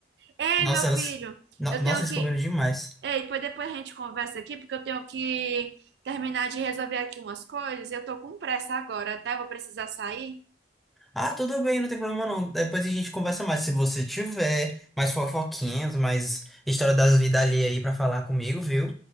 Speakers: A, on the right; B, in the centre.
A: Ei,
B: Nossa,
A: meu
B: elas...
A: filho,
B: no-
A: eu
B: Nossa,
A: tenho
B: eles
A: que.
B: combinam demais.
A: Ei, pois depois a gente conversa aqui, porque eu tenho que terminar de resolver aqui umas coisas. Eu tô com pressa agora, tá? Eu vou precisar sair.
B: Ah, tudo bem, não tem problema não. Depois a gente conversa mais. Se você tiver mais fofoquinhas, mais história das vidas ali aí pra falar comigo, viu?